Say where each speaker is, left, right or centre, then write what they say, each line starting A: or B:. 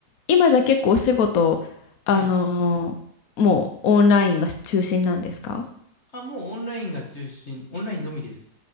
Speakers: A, on the left; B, on the left.
A: 今じゃ結構お仕事、あのーもうオンラインが中心なんですか
B: はい。あ、もうオンラインが中心、オンラインのみです。